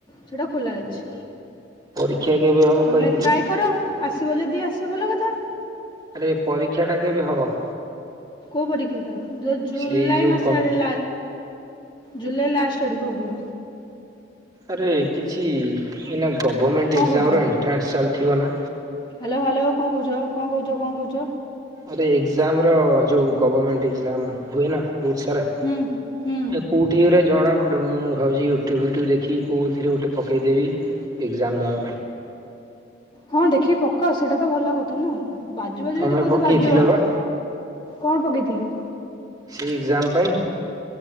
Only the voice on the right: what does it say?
ପରୀକ୍ଷା କେବେ ହବ
କହିଥିଲେ
ଆରେ ପରୀକ୍ଷା ଟା କେବେ ହବ?
ସେଇ ଯୋଉ
କମ୍ପୁ
ଆରେ କିଛି ଏଇନା ଗଭର୍ମେଣ୍ଟ
ଏକ୍ସାମ୍ମ
ର ଏଣ୍ଟ୍ରାନ୍ସ ଚାଲିଥିବ ନା?
ଆରେ ଏଜାମ୍ ର ଯୋଉ ଗଭମେଣ୍ଟ ଏଜାମ ହୁଏ ନା? ବୁହୁତ ସାରା
ଏ କୋଉଠିରେ ଜଣା ଗୋଟେ ମୁଁ ଭାବଛି ୟୁଟ୍ୟୁବ୍ ୟୁଟ୍ୟୁବ୍ ଦେଖି କହୁଥିଲି ଗୋଟେ ପକେଇଦେବି ଏକ୍ଜାମ ଦେବା ପାଇଁ।
ତମେ
ପକେଇଥିଲ
ବା
ସେଇ ଏଜାମ୍ ପାଇଁ।